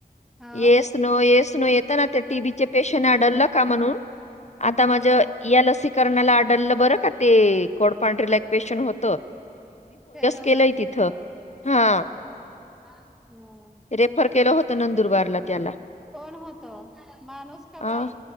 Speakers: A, in the centre; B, on the left (about 45°).
A: हो
B: येस नो येस नो येता ना तर टी बी चे पेशन आढळला का म्हणून आता माझ
A: हो
B: या लसीकरणाला. बर काय <inaudible> एक पेशंट होतं.
A: ते रोगाचे
B: केलय तिथं
A: पण
B: हा
A: हो ह
B: रेफर केल होत तिथ. नंदुरबारला त्याला.
A: कोण होतो माणूस का
B: आ,
A: बाई.